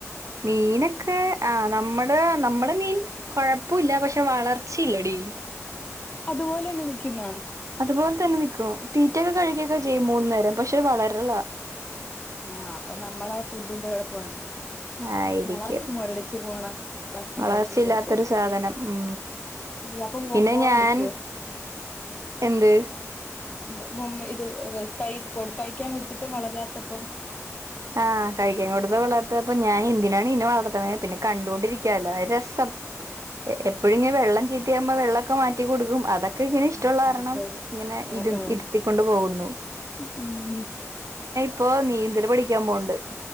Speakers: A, on the right; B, on the left.
A: മീനൊക്കെ ആ നമ്മ നമ്മടെ നമ്മുടെ മീൻ കുഴപ്പമല്ല പക്ഷെ വളർച്ചയില്ലടി
B: അതുപോലെന്നെ നിക്കുന്ന
A: അതുപോലെ തന്നെ നിക്കണു തീറ്റൊക്കെ കഴിക്കിയൊക്കെ ചെയ്യും മൂന്നു നേരം പക്ഷെ വളരെള്ളാ
B: ആഹ് അപ്പൊ നമ്മള ഫുഡിന്റെ കുഴപ്പണ്
A: ആയിരിക്കും
B: വളർച്ച മുരടിച്ചു പോണ ഭക്ഷണമായിരിക്കും
A: വളർച്ചയില്ലാത്തൊരു
B: കൊടുത്തത്
A: സാധനം ഉം
B: അയ്യ അപ്പൊ
A: പിന്നെ
B: ബോറടിക്കോ
A: ഞാൻ -എന്ത്
B: <unintelligible> ഇത് കൈ കഴിക്കാൻ കൊടുത്തിട്ടും വളരാത്തപ്പ
A: ആഹ് കഴിക്കാൻ കൊടു വളരത്തപ്പോ ഞാൻ എന്തിനാണ് ഇന്നെ വളർത്തണത് പിന്നെ കണ്ടുകൊണ്ടിരിക്കല്ലോ രസം എപ്പഴും ഇങ്ങെ വെള്ളം ചീത്തിയാകുമ്പോ വെള്ളക്കെ മാറ്റിക്കൊടുക്കും അതൊക്കെ ഇങ്ങനെ ഇഷ്ടമുള്ള
B: ആഹ് അതൊക്കെ
A: കാരണം
B: ഒരു
A: ഇങ്ങന <unintelligible>
B: ആഹ് ആഹ്
A: ഇരുത്തിക്കൊണ്ട് പോകുന്നു
B: ഉം
A: ഇപ്പൊ നീന്തൽ പഠിക്കാൻ പോണ്ട്